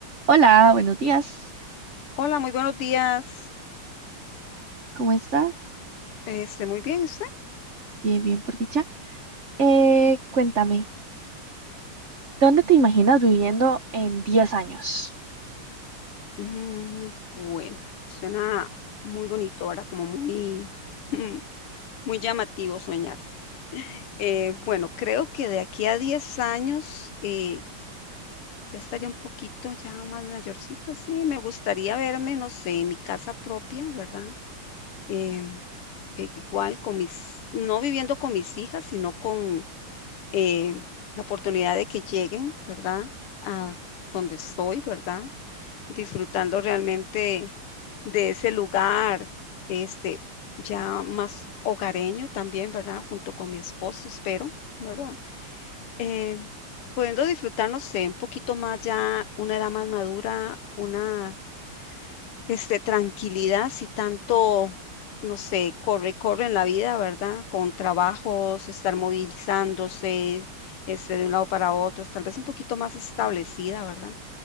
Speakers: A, on the right; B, on the left.
A: Hola, buenos días.
B: Hola, muy buenos días.
A: ¿Cómo estás?
B: Este, muy bien, ¿y usted?
A: Bien, bien, por dicha. Eh, cuéntame, ¿dónde te imaginas viviendo en 10 años?
B: Mm, bueno, suena muy bonito, ahora Como muy, <laughs> mm, muy llamativo soñarse. Eh, bueno, creo que de aquí a 10 años eh, ya estaría un poquito ya más mayorcita, sí. Me gustaría verme, no sé, en mi casa propia, ¿verdad? Em, pe- igual con mis, no viviendo con mis hijas, sino con em, la oportunidad de que lleguen, ¿verdad? A donde estoy, ¿verdad? disfrutando realmente de ese lugar, este, ya más hogareño también, ¿verdad? Junto con mi esposo, espero, ¿verdad? Eh, pudiendo disfrutar, no sé, un poquito más ya, una edad más madura, una, este, tranquilidad, si tanto, no sé, corre, corre en la vida, ¿verdad? Con trabajos, estar movilizándose, este, de un lado para otro, tal vez un poquito más establecida, ¿verdad?